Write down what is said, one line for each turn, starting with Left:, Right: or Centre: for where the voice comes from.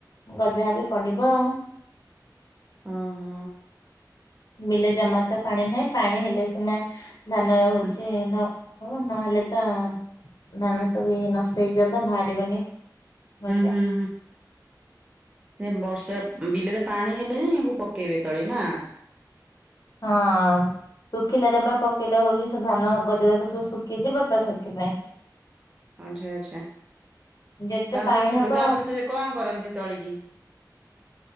Left: ଗଜା ବି ପଡ଼ିବ।
Right: ଅ ହଁ
Left: ବିଲେ ଜମା ତ ପାଣି ନାହିଁ ପାଣି ହେଲେ ସିନା ଧାନ ହଉଛି
Right: ଉଁ
Left: ନ ହବ ନହେଲେ ତ ଧାନ ସବୁ ଇଏ ନଷ୍ଟ ହେଇଯିବ ବାହାରିବନି। ମଜା
Right: ହୁଁ ହୁଁ ସେ ବର୍ଷା ବିଲରେ ପାଣି ହେଲେ ହିଁ ୟାକୁ ପକେଇବେ ତଳେ ନା?
Left: ହଁ ଶୁଖିଲାରେ ବା ପକେଇଲେ ହଉଚି ସେ ଧାନ ଗଜା ଯାକ ସବୁ ଶୁଖିଯିବ ତ ସେଥିପାଇଁ।
Right: ଆଚ୍ଛା ଆଚ୍ଛା
Left: ଯେତେ
Right: ତାପରେ
Left: ପାଣି
Right: ସେ
Left: ହବ
Right: ତାପରେ ସେ କଣ କରନ୍ତି ତଳିକି?